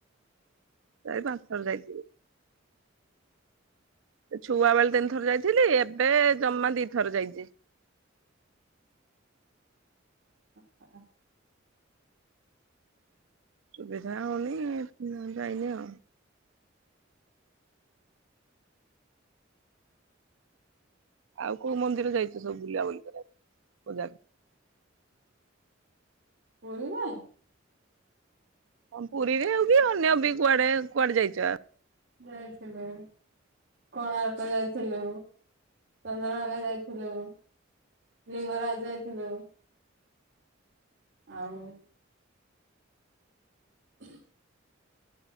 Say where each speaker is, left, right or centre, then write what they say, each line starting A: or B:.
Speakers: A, on the right (about 75°); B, on the right (about 60°).
A: ଚାରିପାଞ୍ଚଥର ଯାଇଥିବି। ଛୁଆ ବେଳେ ତିନିଥର ଯାଇଥିଲି ଏବେ ଜମା ଦି ଥର ଯାଇଛି। <inaudible>
B: <unintelligible>
A: ସୁବିଧା ହଉନି ଯାଇନ ଆଉ। ଆଉ କୋଉ ମନ୍ଦିର ଯାଇଛ ସବୁ ବୁଲାବୁଲି କରିବା ମଜା
B: ପୁରୀରେ?
A: ହଁ ପୁରୀରେ ଆଉ ବି ଅନ୍ୟ ବି କୁଆଡେ କୁଆଡେ ଯାଇଛ?
B: ଯାଇଥିଲୁ। କୋଣାର୍କ ଯାଇଥିଲୁ ଚନ୍ଦ୍ରଭାଗା ଯାଇଥିଲୁ । ଲିଙ୍ଗରାଜ ଯାଇଥିଲୁ ଆଉ <inaudible>